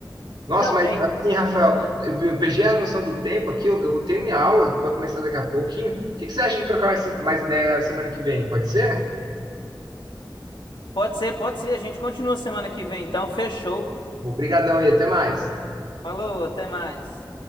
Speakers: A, on the right; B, on the left.
A: Nossa,
B: Não,
A: mas
B: é.
A: assim, Rafael, eu, eu perdi a noção do tempo aqui, eu, eu tenho minha aula, vai começar daqui a pouquinho. O que, que você acha de trocar mais, mais ideia semana que vem? Pode ser?
B: Pode ser, pode ser. A gente continua semana que vem, então. Fechou.
A: Obrigadão e até mais.
B: Falou, até mais.